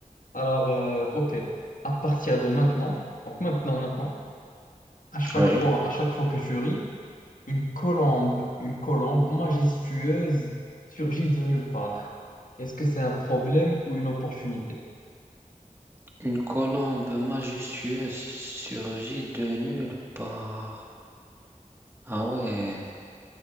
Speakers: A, on the left; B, on the right.
A: Alors, euh, OK. À partir de maintenant, donc maintenant, maintenant, à chaque
B: oui.
A: fois, à chaque fois que tu ris, Une colombe, une colombe majestueuse surgit de nulle part. Est-ce que c'est un problème ou une opportunité?
B: Une colombe majestueuse surgit de nulle part. Ah ouais,